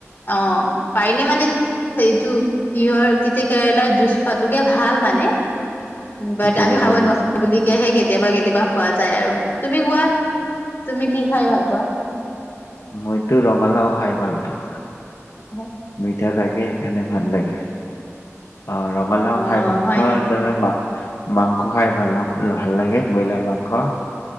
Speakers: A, on the left; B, on the left.
A: অ', পাৰিলে মানে এইটো কিহৰ তেতিয়া কেৰেলাৰ জুচ খোৱাটোকে ভাল মানে।
B: তিতাকেৰেলা
A: বাট, আমি খাব
B: জুচ
A: নোৱাৰো বুলি কে হে। কেতিয়াবা কে। কিবা খোৱা যায় আৰু, তুমি কোৱা তুমি কি খাই ভাল পোৱা?
B: মইতো ৰঙালাও খাই ভাল পাও।
A: হয়।
B: মিঠা থাকে। সেইকাৰণে ভাল লাগে। অ', ৰঙালাও
A: অ
B: খাই ভাল
A: হয়
B: পাওঁ
A: নেকি
B: আৰু <unintelligible> মাংস খাই ভাল ভাল লাগে, ব্ৰইলাৰ মাংস